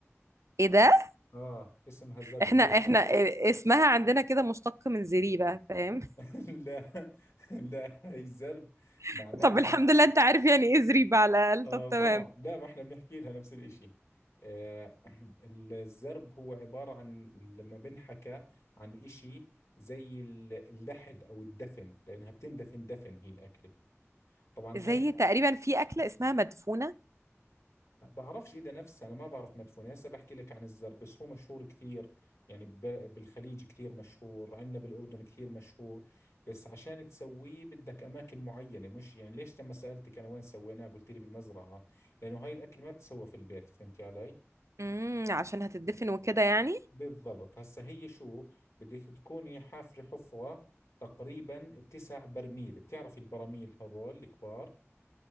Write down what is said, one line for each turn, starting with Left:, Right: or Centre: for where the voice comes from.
Right: ايه ده
Left: آه اسمها زرب
Right: احنا
Left: ليش
Right: احنا إيه- اسمها عندنا كده مشتق من زريبه فاهم
Left: <laughs> لا لا هاي زرب
Right: <laughs>
Left: معناها
Right: طب الحمد لله انت عارف يعني ايه زريبه على الاقل
Left: آه
Right: طب تمام
Left: طبعا لا ما إحنا بنحكي لها نفس الإشي آه <clears throat> الزرب هو عبارة عن لما بنحكى عن إشي زي ال- اللحد أو الدفن لأنها بتندفن دفن هي الأكلة طبعا
Right: زي
Left: هاي
Right: تقريبا في اكله اسمها مدفونه
Left: بعرفش اذا نفسها انا ما بعرف مدفونه هسه بحكي لك عن الزر بس هو مشهور كثير يعني ب- بالخليج كثير مشهور عندنا بالاردن كثير مشهور بس عشان تسويه بدك اماكن معينه مش يعني ليش لما سالتك انا وين سويناه قلت لي بالمزرعه لانه هاي الاكل ما بتسوى في البيت فهمتي علي
Right: امم عشان هتدفن وكده يعني
Left: بالضبط هسه هي شو بدك تكوني حافره حفره تقريبا بتسع برميل بتعرفي البراميل هذول الكبار